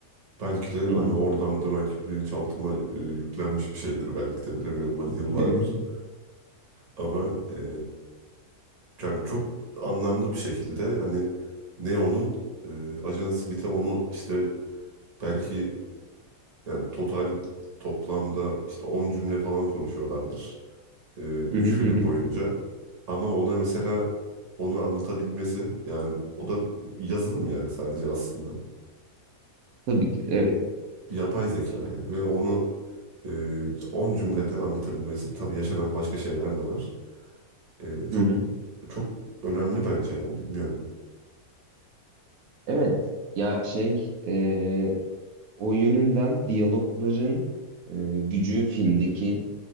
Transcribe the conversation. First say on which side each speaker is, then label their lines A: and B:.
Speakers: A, on the right (about 35°); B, on the right (about 85°).
A: Belki de
B: Hı
A: hani
B: hı.
A: oradan da belki bilinçaltıma e, yüklenmiş bir şeydir belki de bilemiyorum hani
B: <laughs>
A: yıllardır. Ama e, yani çok anlamlı bir şekilde hani Neo'nun e, Ajan Smith'e onu işte belki yani total toplamda işte 10 cümle falan konuşuyorlardır. üç
B: Hı hı
A: film
B: hı hı.
A: boyunca. Ama ona mesela onu anlatabilmesi yani o da yazılım yani sadece aslında.
B: Tabii ki evet.
A: Bir yapay zeka yani ve onu e, 10 cümlede anlatabilmesi tabii yaşanan başka şeyler de var. E, çok
B: Hı hı.
A: çok önemli bence yani bilmiyorum.
B: Evet ya şey e, o yönünden diyalogların e, gücü filmdeki